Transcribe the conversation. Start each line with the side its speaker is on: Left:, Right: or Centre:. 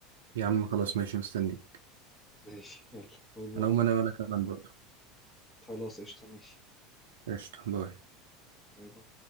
Right: يا عم خلاص ماشي مستنيك
Left: ماشي يلا باي باي
Right: أنا هقوم أنام أنا كمان برضه
Left: خلاص قشطة ماشي
Right: قشطة باي
Left: باي باي